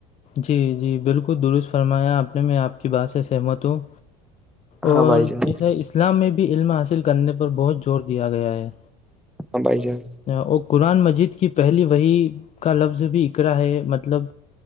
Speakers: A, on the left; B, in the centre.
A: جی جی بالکل درست فرمایا آپ نے میں آپ کی بات سے سہمت ہوں اور
B: ہاں بھائی جان
A: جیسے اسلام میں بھی علم حاصل کرنے پر بہت زور دیا گیا ہے
B: ہاں بھائی جان
A: اور قرآن مجید کی پہلی وہی کا لفظ بھی اقرا ہے مطلب